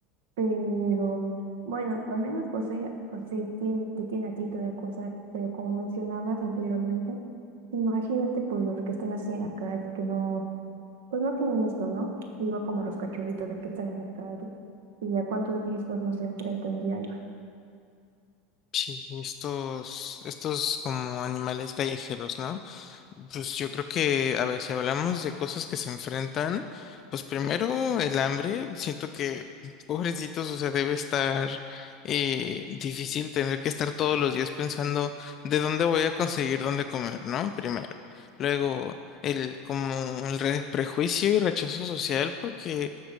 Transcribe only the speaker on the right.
pero bueno, al menos pues ella, pues sí, tiene, te tiene a ti toda cosa, pero como mencionabas anteriormente, imagínate pues los que están así en la calle, que no, pues no tienen esto, ¿no? Igual como los cachorritos de que están en la calle y a cuántos días pues no se enfrentan diario.